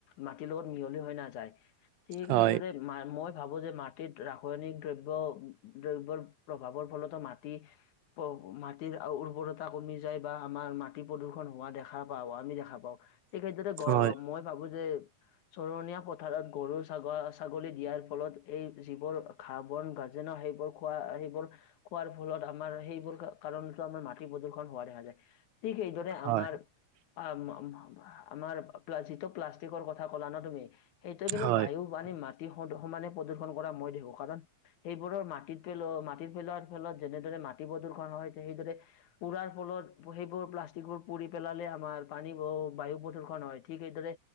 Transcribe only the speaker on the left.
মাটিৰ লগত মিহলি হৈ নাযায়। ঠিক
সেইদৰে মা-মই ভাবোঁ যে মাটিত ৰাসায়নিক দ্ৰব্য দ্ৰব্যৰ প্ৰভাৱৰ ফলতো মাটি মাটিৰ উৰ্বৰতা কমি যায় বা আমাৰ মাটি প্ৰদূষণ হোৱা দেখা পাওঁ আমি দেখা পাওঁ। ঠিক সেইদৰে গ
মই ভাবোঁ যে চৰণীয়া পথাৰত গৰু ছাগ-ছাগলী দিয়াৰ ফলত এই যিবোৰ ঘাঁহ বন গাজেনা সেইবোৰ খোৱা সেইবোৰ খোৱাৰ ফলত আমাৰ সেইবোৰ কাৰণতো আমাৰ মাটি প্ৰদূ্ষন হোৱা দেখা যায়। ঠিক এইদৰে
আমাৰ পা মা আমাৰ পা যিটো প্লাষ্টিকৰ কথা ক'লা ন' তুমি সেইটো কিন্তু
বায়ু পানী মাটি সমানে প্ৰদূষন কৰে মই দেখো কাৰণ সেইবোৰৰ মাটিত পেলোৱা মাটিত পেলোৱাৰ ফলত যেনেদৰে মাটি প্ৰদূষণ হয় সেইদৰে পৰাৰ ফলত সেইবোৰ প্লাষ্টিকবোৰ পুৰি পেলালে আমাৰ পানী ব-বায়ু প্ৰদূষণ হয় ঠিক সেইদৰে